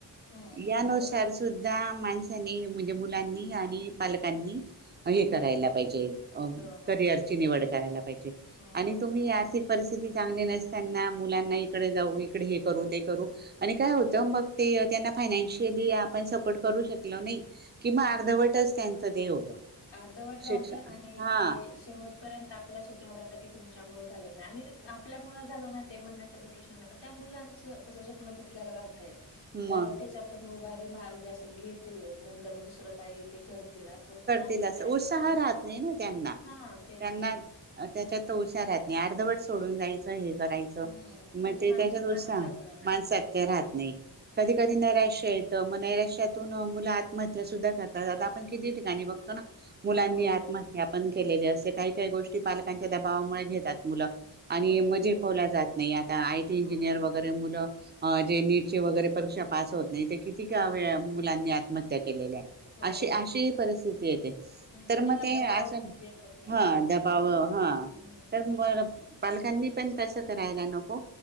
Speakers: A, on the left (about 75°); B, on the right (about 25°).
A: हं, हं.
B: या नुसार
A: हो ना.
B: सुद्धा माणसांनी म्हणजे मुलांनी आणि पालकांनी अ हे
A: हं,
B: करायला पाहिजे अ
A: हो ना.
B: करियरची निवड करायला पाय्
A: हं,
B: आणि तुम्ही या <inaudible> ते चांगले नसताना मुलांना इकडे जाऊ इकडे हे करू ते करू आणि काय होतं
A: हं,
B: मग ते त्यांना फायनान्शीअली आपण सपोर्ट करू शकलो नाही. की म
A: हं.
B: अर्धवटंच त्यांच त ते होतं
A: अर्धवट राहत
B: शिक्षण
A: आणि
B: हा
A: ते शेवटपर्यंत आपल्याच याच्यावर राहतं की तुमच्यामुळे झालं नाही आणि आपल्यामुळं झालं नाही ते म्हणण्याचा जो प्रश्न नाही पण त्या मुलांचं कसं स्वप्न तुटल्यालं राहतंय
B: मग
A: तर त्याच्यातून बारी मा म्हणजे असं घेतील नंतरन दुसरं कायए ते करतील असं नाहीच
B: तील असं
A: आहे
B: उत्साह
A: नाही
B: राहत
A: हां.
B: नाही ना त्यांना,
A: हां, तेच
B: त्यांना
A: ना.
B: अ त्याच्या तर हुशार <inaudible> नाही अर्धवट सोडून जायचं हे करायचं
A: हं,
B: मग
A: त्यांची
B: ते
A: मानसिकता
B: त्याच्याजवळ
A: पण
B: सा
A: राहत नाही
B: माणसात त्या
A: नवीन.
B: राहत नाही
A: हं.
B: कधी कधी नैराश्य येतं मग नैराश्यातून मुलं आत्महत्या सुद्धा करतात आता पण किती ठिकाणी बघतो ना मुलांनी
A: हो.
B: आत्महत्या पण क केलेले असे काही काही गोष्टी पालकांच्या दबावामुळे घेतात मुलं. आणि
A: हो,
B: मजे पावलं
A: हो.
B: जात नाही आता आयटी इंजिनियर
A: हं,
B: वगैरे मुलं अ जे नीटची वगैरे परीक्षा पास होत नाहीत ते किती काव
A: हं.
B: मुलांनी आ मत्या केलेल्या आहे
A: हो
B: अशी
A: ना हो
B: अशी
A: ना.
B: परिस्थिती येते
A: हं,
B: तर
A: त्यांना
B: मग
A: दबाव
B: अस ते
A: झेपत नाहीये
B: दबाव हा
A: ना
B: दबाव
A: त्यामुळं होतंय.
B: हा
A: हं,
B: तर
A: हं.
B: म पालकांनी पण तसं करायला नको